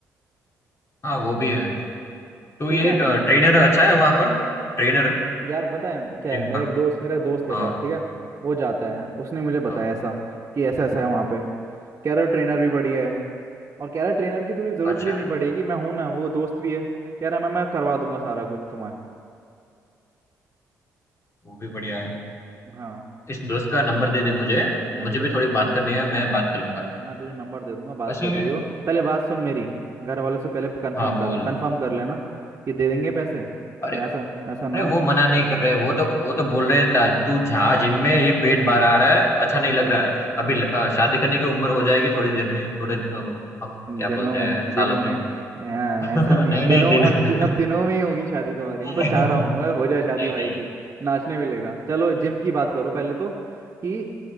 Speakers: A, on the left; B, on the right.
A: हाँ वो भी है तो
B: ठीक
A: ये
B: है
A: ट्रेनर अच्छा है वहां पर ट्रेनर
B: यार बताएं क्या
A: जिम
B: है मेरा
A: का
B: एक दोस्त मेरा एक दोस्त है
A: हाँ
B: एक और ठीक है वो जाता है उसने मुझे बताया
A: हाँ
B: ऐसा कि ऐसा ऐसा है वहाँ पे कह रहा ट्रेनर भी बढ़िया है और कह रहा ट्रेनर की तुझे जरूरत
A: अच्छा
B: भी नहीं पड़ेगी मैं हूं ना वो दोस्त भी है कह रहा मैं मैं करवा दूंगा सारा कुछ तुम्हें
A: वो भी बढ़िया है
B: हाँ
A: इस
B: तो
A: दोस्त का नंबर दे दे मुझे
B: मैं तुझे
A: मुझे भी थोड़ी बात करनी है मैं बात कर लूंगा
B: मैं तुझे नंबर दे दूंगा बात
A: वैसे
B: कर
A: हाँ
B: लियो पहले बात सुन मेरी घर वालों से पहले कंफर्म
A: हाँ,
B: कर
A: बोल
B: कंफर्म कर लेना ये दे देंगे पैसे
A: अरे
B: ऐसा ऐसा ना
A: अरे
B: हो
A: वो मना नहीं कर रहे वो तो वो तो बोल रहे था तू जहाँ जिम में ये पेट बाहर आ रहा है अच्छा नहीं लग रहा है अभी ल- अ, शादी करने की उम्र हो जाएगी थोड़ी देर में थोड़े अ, अब क्या
B: दिनों
A: बोलते
B: में
A: हैं
B: दिनों
A: सालों में
B: में हाँ,
A: <laughs> नहीं
B: ऐसा नहीं है दिनों
A: नहीं दिन
B: अब दि- अब
A: <laughs>
B: दिनों में ही होगी शादी तुम्हारी मतलब
A: नहीं
B: चाह रहा हूँ अरे हो जाए शादी भाई
A: नहीं
B: की नाचने मिलेगा चलो जिम की बात करो पहले तो कि